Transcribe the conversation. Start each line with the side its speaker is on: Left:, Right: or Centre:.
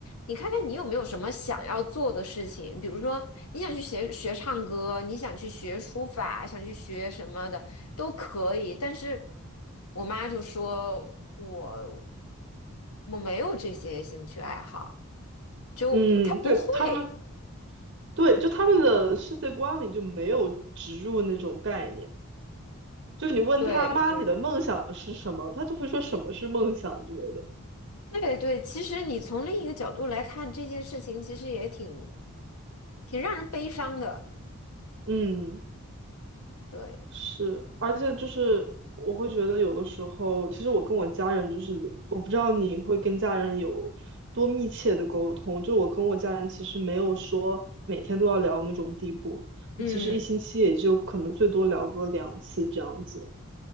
Left: 你看看你有没有什么想要做的事情，比如说你想去学学唱歌，你想去学书法，想去学什么的都可以。但是我妈就说我我没有这些兴趣爱好，就她不会。
Right: 嗯，对他们。对，就他们的世界观里就没有植入那种概念。就你问他妈，
Left: 对对。
Right: 你的梦想是什么？他就会说什么是梦想之类的。
Left: 对对，其实你从另一个角度来看这件事情，其实也挺挺让人悲伤的。
Right: 嗯，
Left: 对，
Right: 是，而且就是我会觉得有的时候，其实我跟我家人就是，我不知道你会跟家人有多密切的沟通。就我跟我家人其实没有说每天都要聊那种地步，
Left: 嗯，
Right: 其实一星期也就可能最多聊个两次这样子。